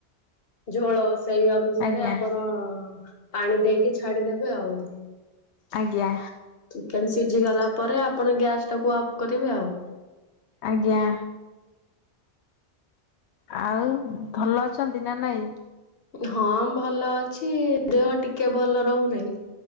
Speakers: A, on the left; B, on the left.
A: ଝୋଳ ସେଇ ଅନୁସାରେ
B: ଆଜ୍ଞା
A: ଆପଣ ପାଣି ଦେଇକି ଛାଡି ଦେବେ ଆଉ।
B: ଆଜ୍ଞା।
A: ଚିକେନ୍ ସିଝି ଗଲା ପରେ ଆପଣ ଗ୍ୟାସ୍ ଟାକୁ ଅଫ୍ କରିବେ ଆଉ।
B: ଆଜ୍ଞା। ଆଉ ଭଲ ଅଛନ୍ତି ନା ନାଇଁ?
A: ହଁ ଭଲ ଅଛି ଦେହ ଟିକେ ଭଲ ରହୁନେହିଁ।